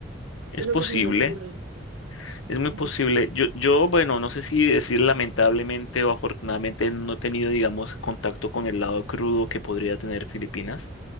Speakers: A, on the left; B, on the right.
A: Es
B: Es lo
A: posible.
B: que se me ocurre.
A: Es muy
B: Mm.
A: posible. Yo, yo, bueno, no sé si decir lamentablemente o afortunadamente no he tenido, digamos, contacto con el lado crudo que podría tener Filipinas,